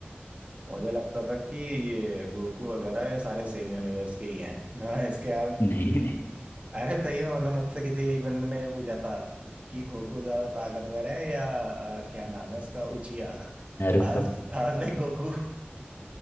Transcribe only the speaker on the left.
नहीं नहीं
नारुतो